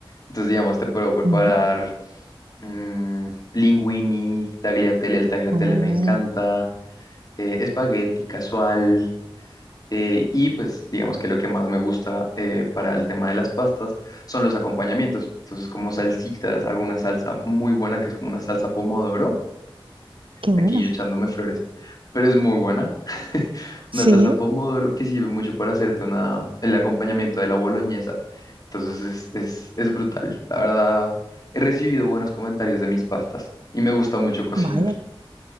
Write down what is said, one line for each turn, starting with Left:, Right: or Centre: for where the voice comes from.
Left: Entonces, digamos, te puedo preparar
Right: Mm,
Left: mm, linguini, tagliatelle, el tagliatelle
Right: Oh,
Left: me encanta, eh, espagueti casual, eh, y pues digamos que lo que más me gusta eh, para el tema de las pastas son los acompañamientos. Entonces, como salsitas, hago una salsa muy buena que es como una salsa pomodoro
Right: qué bueno.
Left: aquí yo echándome flores, pero es muy buena. <laughs> Una
Right: Sí,
Left: salsa pomodoro que sirve mucho para hacerte una, el acompañamiento de la boloñesa. Entonces es, es, es brutal. La verdad, he recibido buenos comentarios de mis pastas y me gusta mucho cocinar.
Right: vaya.